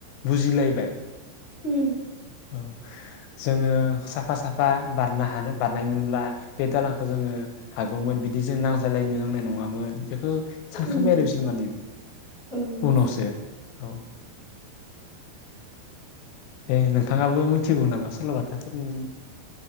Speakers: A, on the left; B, on the left.
A: बुजिलायबाय
B: होम
A: औ जोङो साफा साफा बारनो हानो बारनायमोनब्ला बे दालांखौ जोङो हागौमोन बिदि जों नांज्लायलायनो नांनाय नङामोन बे ओ सानखांबाय
B: उम
A: आरो बिसोर माने
B: उम
A: उनावसो औ दे नोंथाङाबो मिथिगौ नामा सलबाथाफोरनि